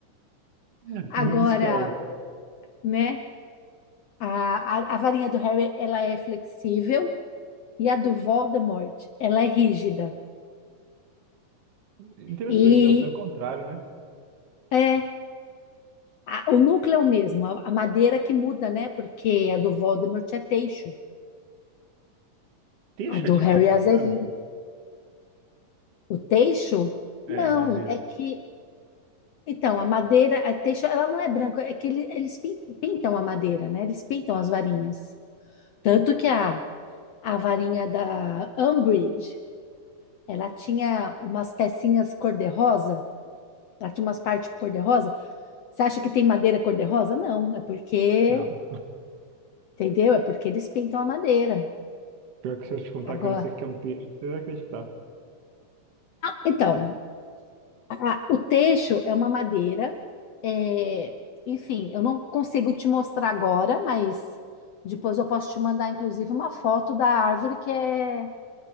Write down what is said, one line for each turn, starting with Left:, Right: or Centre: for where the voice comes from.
Right: <laughs>
Left: Agora,
Right: Não discordo.
Left: né? A, a, a varinha do Harry, ela é flexível e a do Voldemort, ela é rígida.
Right: Interessante,
Left: E
Right: elas são o contrário, né?
Left: é a- o núcleo é o mesmo, a, a madeira que muda, né? Porque a do Voldemort é teixo,
Right: Teixa
Left: a do
Right: é de
Left: Harry
Right: fato
Left: é azevinho.
Right: branco?
Left: O teixo, não,
Right: É, a madeira.
Left: é que... Então, a madeira, a teixo, ela não é branca, é que ele- eles pin- pintam a madeira, né? Eles pintam as varinhas. Tanto que a, a varinha da Umbridge, ela tinha umas pecinhas cor-de-rosa, Ela tinha umas partes cor-de-rosa. Você acha que tem madeira cor-de-rosa? Não, é porque,
Right: Não.
Left: entendeu? É porque eles pintam a madeira.
Right: Pior que se eu te contar
Left: Agora,
Right: que eu não sei o que é um teixa, você vai acreditar.
Left: então, a- o teixo é uma madeira. é, enfim, eu não consigo te mostrar agora, mas depois eu posso te mandar, inclusive, uma foto da árvore que é